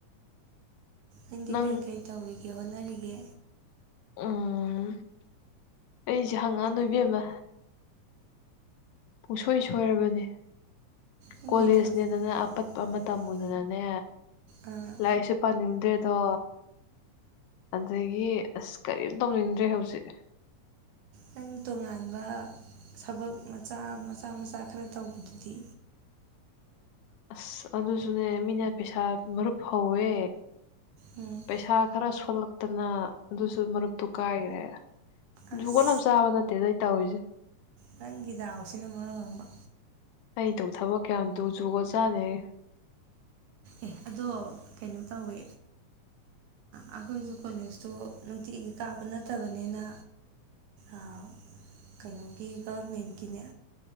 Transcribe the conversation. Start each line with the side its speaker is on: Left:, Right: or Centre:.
Right: ꯑꯪꯗꯤ
Left: ꯅꯪ
Right: ꯀꯔꯤ ꯀꯔꯤ ꯇꯧꯔꯤꯒꯦ ꯍꯣꯠꯅꯔꯤꯒꯦ
Left: ꯎꯝ ꯑꯩꯖꯦ ꯍꯪꯉꯛꯑꯅꯨ ꯏꯕꯦꯝꯃ ꯄꯨꯡꯁꯣꯏ ꯁꯣꯏꯔꯕꯅꯤ
Right: ꯅꯪꯒꯤ
Left: ꯀꯣꯂꯦꯖꯅꯦꯅ ꯑꯄꯠ
Right: ꯊꯕꯛ?
Left: ꯑꯃ ꯇꯝꯃꯨꯗꯅꯅꯦ
Right: ꯑꯥ
Left: ꯂꯥꯏꯔꯤꯛꯁꯨ ꯄꯥꯅꯤꯡꯗ꯭ꯔꯦꯗꯣ ꯑꯗꯒꯤ ꯑꯁ ꯀꯔꯤꯝ ꯇꯧꯅꯤꯡꯗ꯭ꯔꯦ ꯍꯧꯖꯤꯛ
Right: ꯅꯪ ꯇꯣꯉꯥꯟꯕ ꯊꯕꯛ ꯃꯆꯥ ꯃꯆꯥ ꯃꯆꯥ ꯈꯔ ꯇꯧꯕꯗꯨꯗꯤ
Left: ꯑꯁ ꯑꯗꯨꯁꯨꯅꯦ ꯃꯤꯅ ꯄꯩꯁꯥ ꯃꯔꯨꯞ ꯍꯧꯋꯦ
Right: ꯎꯝ
Left: ꯄꯩꯁꯥ ꯈꯔ ꯁꯣꯜꯂꯛꯇꯅ ꯑꯗꯨꯖꯨ ꯃꯔꯨꯞꯇꯨ ꯀꯥꯏꯒ꯭ꯔꯦ
Right: ꯑꯁ
Left: ꯖꯨꯒꯣꯠ ꯑꯃ ꯆꯥꯕ ꯅꯠꯇꯦꯗ ꯑꯩ ꯇꯧꯔꯤꯁꯦ
Right: ꯅꯪꯒꯤ ꯗꯥꯎꯁꯤꯅ ꯃꯔꫭꯜ ꯑꯃ
Left: ꯑꯩꯇꯧ ꯊꯕꯛ ꯀꯌꯥꯝ ꯇꯨ ꯖꯨꯒꫭꯠ ꯆꯥꯅ‌ꯦꯒ‌ꯦ
Right: ꯑꯦ ꯑꯗꯣ ꯀꯩꯅꯣ ꯇꯧꯋꯦ ꯑꯩꯈꯣꯏꯖꯨ ꯀꯣꯂꯦꯖꯇꯨ ꯅꯨꯡꯇꯤꯒꯤ ꯀꯥꯕ ꯅꯠꯇꯕꯅꯤꯅ ꯑꯥ ꯀꯩꯅꯣꯒꯤ ꯒꯔꯃꯦꯟꯒꯤꯅꯦ